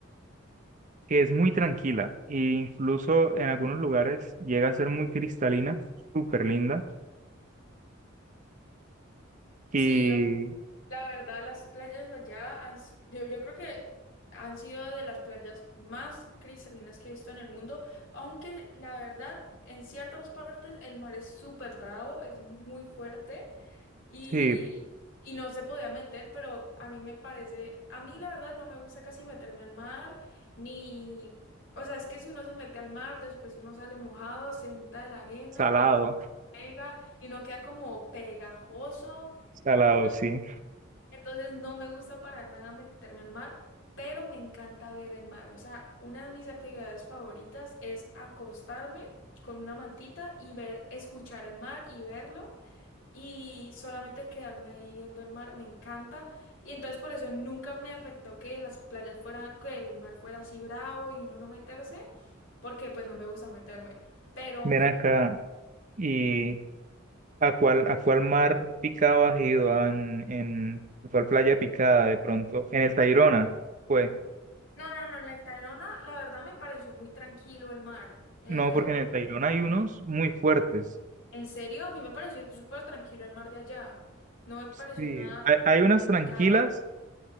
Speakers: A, on the right; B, on the left.
A: que es muy tranquila e incluso en algunos lugares llega a ser muy cristalina, súper linda y
B: Sí, La verdad, las playas allá han, s- yo, yo creo que han sido de las playas más cristalinas que he visto en el mundo, aunque la verdad, en ciertas partes el mar es súper bravo, es muy fuerte y,
A: sí,
B: y no se podía meter, pero a mí me parece, a mí la verdad no me gusta casi meterme al mar, ni, o sea, es que si uno se mete al mar, después uno sale mojado, se unta de la arena
A: salado,
B: y la arena pega y no queda como pegajoso.
A: salado,
B: entonces
A: sí.
B: entonces no me gusta para nada meterme al mar, pero me encanta ver el mar. O sea, una de mis actividades favoritas es acostarme con una mantita y ver, escuchar el mar y verlo y solamente quedarme ahí viendo el mar, me encanta. Y entonces por eso nunca me afectó que las playas fueran, que el mar fuera así bravo y uno no meterse, porque pues no me gusta meterme. Pero
A: Ven
B: me...
A: acá. ¿Y a cuál, a cuál mar picado has ido? Ah, ¿En, en a cuál playa picada de pronto? ¿En el Tayrona? Pues,
B: No, no, no, en el Tayrona la verdad me pareció muy tranquilo el mar. En
A: no,
B: el Tayrona
A: porque en el Tayrona hay unos muy fuertes.
B: En serio, a mí me pareció súper tranquilo el mar de allá. No me pareció
A: Sí,
B: nada
A: hay, hay unas tranquilas,
B: picado.